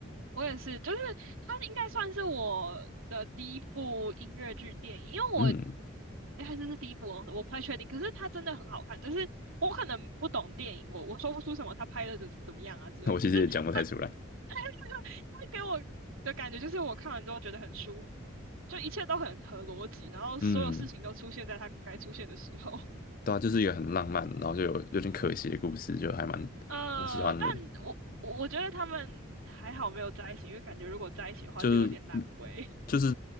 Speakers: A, on the right; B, on the left.
A: 我也是，就是它应该算是我的第一部音乐剧电影，因为我，
B: 嗯，
A: 哎，还真是第一部哦，我不太确定。可是它真的很好看，就是我可能不懂电影，我我说不出什么他拍的怎怎么样啊之类。
B: 我其实也讲不太出来。
A: 可是他，<laughs> 哎，他给我的感觉就是我看完之后觉得很舒服，就一切都很合逻辑，然后所有事情都出现在它该出现的时候。
B: 嗯，
A: <laughs>
B: 对啊，就是一个很浪漫，然后就有有点可惜的故事，就还蛮
A: 呃，
B: 蛮喜欢的。
A: 但我我我觉得他们还好没有在一起，因为感觉如果在一起的话就有点烂尾。
B: 就是就是